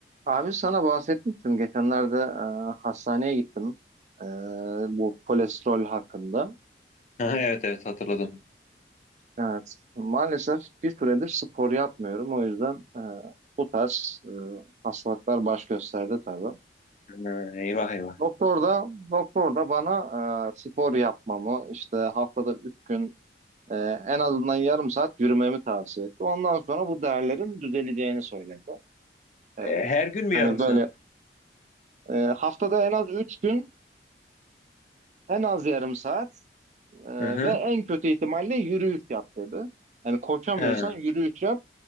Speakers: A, on the right; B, on the left.
A: Abi sana bahsetmiştim. Geçenlerde e, hastaneye gittim. E, bu kolesterol hakkında.
B: Aha, evet evet hatırladım.
A: Evet. Maalesef bir süredir spor yapmıyorum. O yüzden e, bu tarz e, hastalıklar baş gösterdi tabii.
B: Ha, eyvah eyvah.
A: Doktor da doktor da bana e, spor yapmamı işte haftada üç gün e, en azından yarım saat yürümemi tavsiye etti. Ondan sonra bu değerlerin düzeleceğini söyledi. E,
B: E, her gün mü
A: hani
B: yarım saat?
A: böyle e, haftada en az üç gün en az yarım saat Ee,
B: Hı hı.
A: ve en kötü ihtimalle yürüyüş yap dedi. Yani koşamıyorsan
B: Ha,
A: yürüyüş yap.